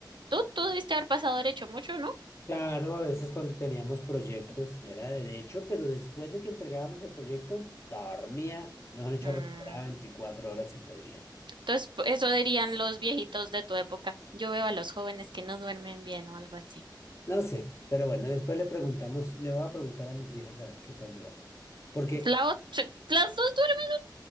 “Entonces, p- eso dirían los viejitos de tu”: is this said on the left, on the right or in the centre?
Right